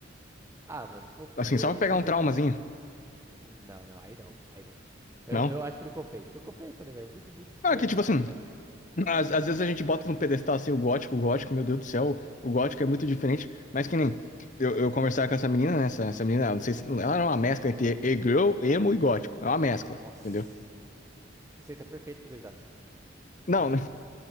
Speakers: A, on the right; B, on the left.
A: Ah, mano, se for
B: Assim,
A: puramente
B: só pra pegar
A: questão
B: um traumazinho.
A: de. Não, não, aí não, aí não. Eu,
B: Não?
A: eu acho que não compensa. Não compensa, né, velho? Muito, muito esforço.
B: Ah, que tipo assim,
A: Mas,
B: às, às vezes a gente bota no pedestal assim o gótico, o gótico, meu Deus do céu, o gótico é muito diferente, mas que nem eu, eu conversava com essa menina, né? Essa, essa menina, ela não sei se ela era uma mescla entre e-girl, emo e gótico. É uma mescla,
A: nossa!
B: entendeu?
A: Receita perfeita pro desastre.
B: Não,
A: E aí?
B: né?